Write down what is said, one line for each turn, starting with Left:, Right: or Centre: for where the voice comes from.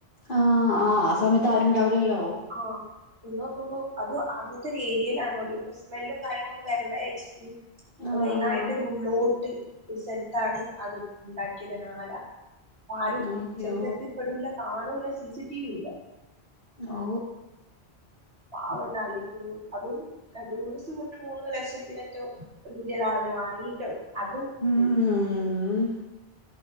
Left: ആഹ് ആഹ് ആസമയത്ത് ആരുണ്ടാവില്ലല്ലോ
Right: ആഹ് ചെന്ന് നോക്കുമ്പോ അത് അങ്ങത്തെ ഒരു ഏരിയയിലാണോ ഒരു സ്മെല്ലും കാര്യങ്ങളും ഒന്നും വരണ്ട വിചരിച്ചി
Left: ആഹ്
Right: ഓല് അയിനായിട്ട് ഒരു ഉള്ളോട്ട് ഒരു സ്ഥലത്താണ് ആ വീട് ഉണ്ടാക്കിയത് തന്നെ ആല ആരും
Left: ആഹ് അയ്യോ
Right: ചെന്നെത്തിപ്പെടൂല കാണൂല സിസി ടിവി ഇല്ല
Left: ഓ
Right: പാവണ്ട് ആലോചിക്കുംമ്പോ അതും രണ്ടു മുന്ന്സം മൂന്ന് ലക്ഷത്തിനറ്റോ ഒരു പുതിയ കിടാവിനെ വാങ്ങീട്ടു അതും
Left: ഉം
Right: പോയി